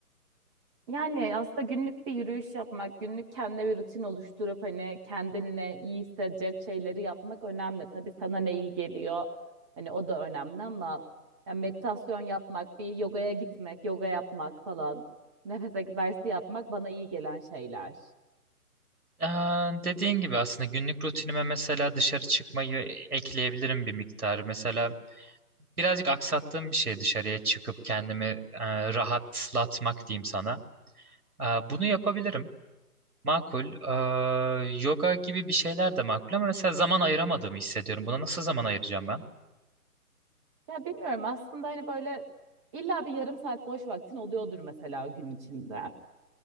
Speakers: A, on the right; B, on the right.
A: Yani aslında günlük bir yürüyüş yapmak, günlük kendine bir rutin oluşturup hani kendinle iyi hissedecek şeyleri yapmak önemli. Tabii sana ne iyi geliyor, hani o da önemli ama yani meditasyon yapmak, bir yogaya gitmek, yoga yapmak falan, nefes egzersizi yapmak bana iyi gelen şeyler.
B: Ee, dediğin gibi aslında günlük rutinime mesela dışarı çıkmayı ekleyebilirim bir miktar. Mesela birazcık aksattığım bir şey dışarıya çıkıp kendimi e, rahatlatmak diyeyim sana. Ee, bunu yapabilirim. Makul. Eee, yoga gibi bir şeyler de makul ama mesela zaman ayıramadığımı hissediyorum. Buna nasıl zaman ayıracağım ben?
A: Ya bilmiyorum aslında hani böyle illa bir yarım saat boş vaktin oluyordur mesela gün içinde.